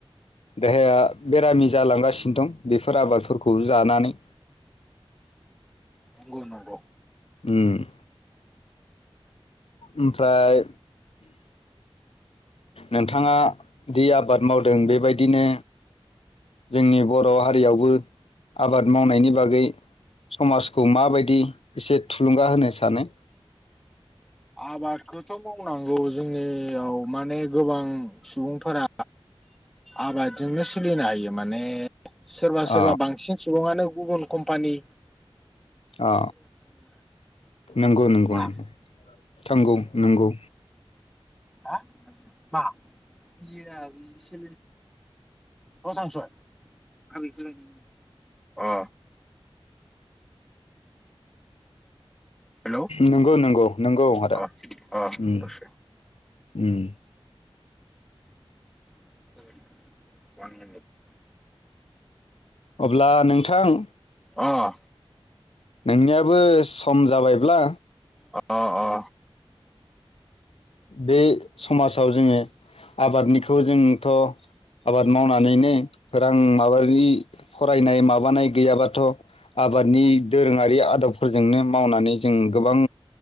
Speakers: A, on the left; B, in the centre.
A: देहाया बेरामि जालांगासिनो दं बेफोर आबादफोरखौ जानानै
B: नंगौ नगौ
A: उम ओमफ्राय नोंथाङा दि आबाद मावदों बेबायदिनो जोंनि बर' हारियावबो आबाद मावनायनि बागै समाजखौ माबायदि एसे थुलुंगा होनो सानो
B: आबादखौथ' मावनांगौ जोंनियाव माने गोबां सुबुंफोरा आबादजोंनो सोलिनो हायो माने सोरबा सोरबा
A: अ
B: बांसिन सुबुंङानो गुबुन कम्पानि
A: अ नोंगौ नोंगौ
B: मा
A: नोंगौ थांगौ नंगौ
B: हो मा <unintelligible> नआव थांसै आबैखौ <unintelligible> अ हेलौ
A: नंगौ नंगौ नंगौ आदा
B: अ अ
A: उम
B: दसे
A: उम
B: <inaudible> <unintelligible>
A: अब्ला नोंथां
B: अ ।
A: नोंनियाबो सम जाबायब्ला
B: अ अ।
A: बे समाजाव जोंङो आबादनिखौ जोंथ' आबाद मावनानैनो रां माबारि फरायनाय माबानाय गैयाबाथ' आबादनि दोरोङारि आदबफोरजोंनो मावनानै जों गोबां